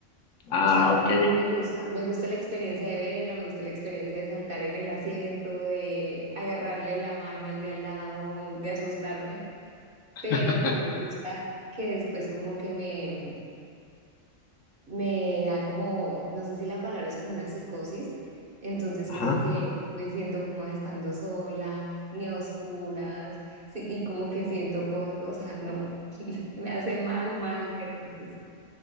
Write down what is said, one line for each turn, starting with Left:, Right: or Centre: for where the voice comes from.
Left: Ah,
Right: O sea,
Left: ok.
Right: me gusta, me gusta la experiencia de verla, me gusta la experiencia de saltar en el asiento, de agarrarle la mano al de al lado, de asustarme, pero
Left: <laughs>
Right: no me gusta que después como que me, me da como, no sé si la palabra es como una psicosis, entonces
Left: Ajá.
Right: como que me siento como estando sola, ni a oscuras, sí, y como que siento cosas, o sea, no, <laughs> me hace mal, mal. <laughs>